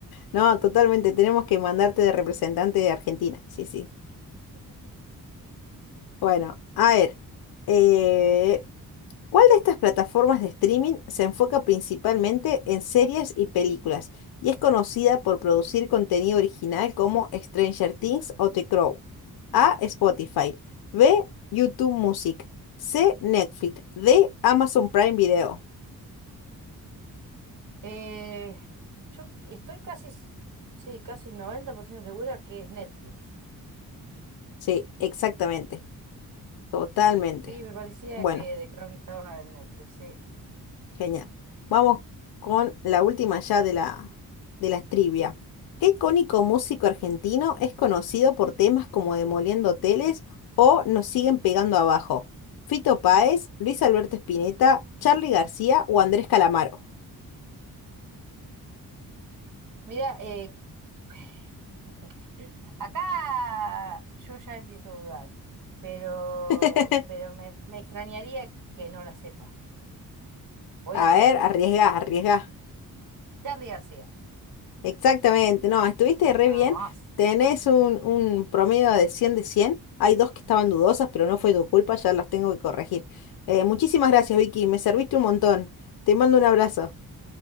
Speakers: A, on the left; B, on the right.
A: No, totalmente. Tenemos que mandarte de representante de Argentina. Sí, sí. Bueno, a ver. eh, ¿cuál de estas plataformas de streaming se enfoca principalmente en series y películas y es conocida por producir contenido original como Stranger Things o The Crow? A. Spotify. B. YouTube Music. C. Netflix. D. Amazon Prime Video.
B: Eh, yo estoy casi, s- sí, casi 90% segura que es Netflix.
A: Sí, exactamente. Totalmente.
B: Sí, me parecía
A: Bueno.
B: que The Crown estaba en Netflix, sí.
A: Genial. Vamos con la última ya de la, de la trivia. ¿Qué icónico músico argentino es conocido por temas como Demoliendo Hoteles o Nos siguen pegando abajo? ¿Fito Páez, Luis Alberto Spinetta, Charly García o Andrés Calamaro?
B: Mira, eh, <sighs> <laughs> acá yo ya empiezo a dudar, pero,
A: <laughs>
B: pero me, me extrañaría que no la sepa. Voy a
A: A
B: tirar.
A: ver, arriesga, arriesga.
B: Charlie García.
A: Exactamente, no, estuviste re
B: Vamos.
A: bien. Tenés un, un promedio de 100 de 100. Hay dos que estaban dudosas, pero no fue tu culpa, ya las tengo que corregir. Eh, muchísimas gracias, Vicky, me serviste un montón. Te mando un abrazo.